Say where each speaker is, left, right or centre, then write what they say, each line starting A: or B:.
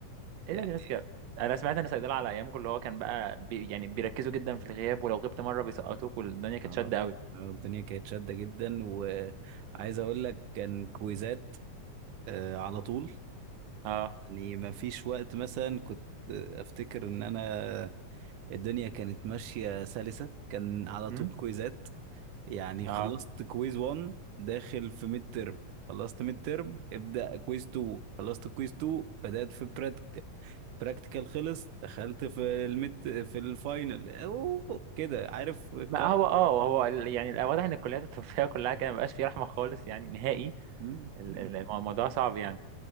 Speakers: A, on the right; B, on the right.
A: ايه
B: يعني
A: ده اللي بس كده انا سمعت ان صيدله على ايامكم اللي هو كان بقى بي يعني بيركزوا جدا في الغياب ولو غبت مره بيسقطوك والدنيا كانت
B: اه
A: شاده قوي
B: آه، الدنيا كانت شادة جدا وعايز اقول لك كان كويزات آه، على طول
A: اه
B: يعني ما فيش وقت مثلا كنت افتكر ان انا الدنيا كانت ماشية سلسة كان على
A: امم
B: طول كويزات يعني
A: اه
B: اه خلصت كويز 1 داخل في ميد ترم خلصت ميد ترم ابدأ كويز 2 خلصت كويز 2 بدأت في براكتيكال براكتيكال خلص دخلت في الميد في الفاينل أوه، كده عارف الكار
A: ما هو اه هو ال- يعني ال- واضح ان الكليات الطبيه كلها كده مبقاش فيه رحمه خالص يعني نهائي
B: مم،
A: ال-
B: مم،
A: ال- الموضوع صعب يعني